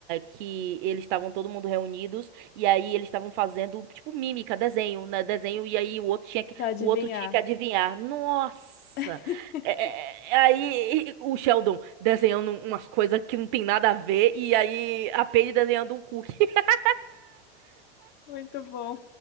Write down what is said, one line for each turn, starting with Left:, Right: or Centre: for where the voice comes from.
Right: que eles estavam todo mundo reunidos e aí eles estavam fazendo tipo mímica, desenho, né? Desenho e aí o outro tinha que,
Left: Pra adivinhar.
Right: o outro tinha que adivinhar. Nossa!
Left: <laughs>
Right: É, é, é, aí e- o Sheldon desenhando umas coisas que não tem nada a ver e aí a Paige desenhando um cookie. <laughs>
Left: Muito bom.